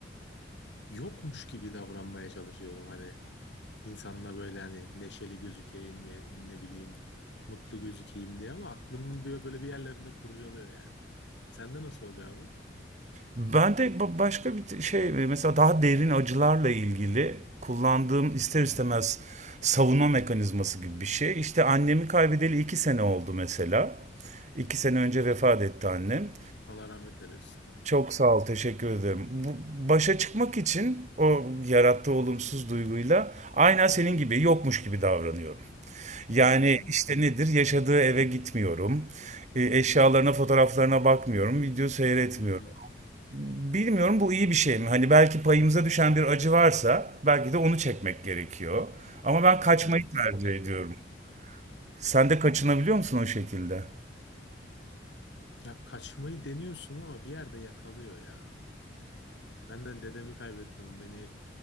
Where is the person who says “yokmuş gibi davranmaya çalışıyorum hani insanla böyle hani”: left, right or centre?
Left